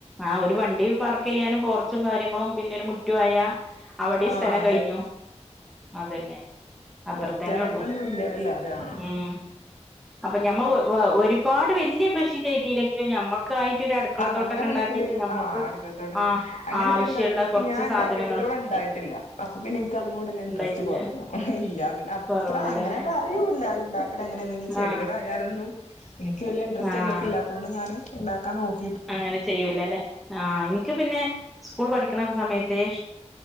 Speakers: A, in the centre; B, on the left (about 85°).
A: ആ ഒരു വണ്ടി പാർക്ക് ചെയ്യാനും പോർച്ചും കാര്യങ്ങളും പിന്നൊരു മു റ്റുആയ അവിടെ
B: ആഹ്
A: സ്ഥലം
B: അതെ
A: കഴിഞ്ഞു അതന്നെ. അത്ര
B: മുറ്റായിട്ടൊന്നുംല്ല
A: തന്നെ ഉള്ളു
B: അല്ല അതെ ആഹ്
A: ഉം അപ്പൊ ഞമ്മ ഒരുപാട് വലിയ കൃഷി ചെയ്തിയില്ലെങ്കിലും ഞമ്മ നമുക്കായിട്ട് ഒരു അടുക്കള
B: ആ
A: തോട്ടൊക്കെ
B: നമ്മുടെ
A: ഉണ്ടാക്കിട്ട്
B: വീട്ടില്
A: നമ്മുക്ക്
B: ആ അടുക്കളത്തോട്ടം
A: ആ
B: അങ്ങനെയൊക്കെ
A: ആവശ്യള്ള
B: എന്താ പറയാ എനിക്ക്
A: കൊറച്ച്
B: ഞാൻ ഉണ്ടാക്കിയയിടത്തോളം
A: സാധനങ്ങള്
B: ഉണ്ടായിട്ടില്ല. അപ്പൊ പിന്നെ എനിക്ക് അതിനോടുള്ള ഇൻട്രസ്റ്റ്
A: ഉണ്ടായിട്ടില്ല
B: കുറഞ്ഞു. ഇല്ല പിന്നെ
A: കൊറവല്ലേ
B: ഇത്ര അങ്ങനാണ്ട് അറിയൂല്ല ഇണ്ട ഇവിടെ എങ്ങനെ എന്തെങ്കിലും ചെടികളായാലൊന്നും
A: ആഹ്
B: എനിക്കു വലിയ ഇൻട്രസ്റ്റ്യ്മക്ക്
A: ആഹ്
B: ഇല്ലാത്ത കൊണ്ട് ഞാനും ഉണ്ടാക്കാൻ നോക്ക
A: അങ്ങനെ ചെയ്യൂല അല്ലെ. ആ ഇന്ക്ക് പിന്നെ സ്കൂൾ പഠിക്കണ സമയത്തെ ഇ